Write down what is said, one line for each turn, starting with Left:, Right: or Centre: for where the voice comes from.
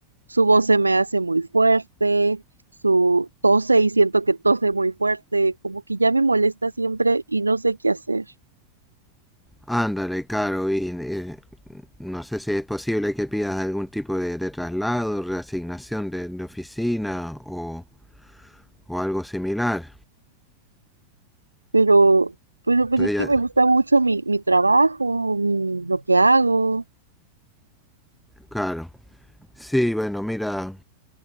Right: Su voz se me hace muy fuerte, su tose y siento que tose muy fuerte, como que ya me molesta siempre y no sé qué hacer.
Centre: Ándale, claro, y eh, no sé si es posible que pidas algún tipo de, de traslado, reasignación de, de oficina o, o algo similar.
Right: pero, pero pues
Centre: Entonces
Right: es
Centre: ya-
Right: que me gusta mucho mi, mi trabajo, mi- lo que hago.
Centre: claro. Sí, bueno, mira,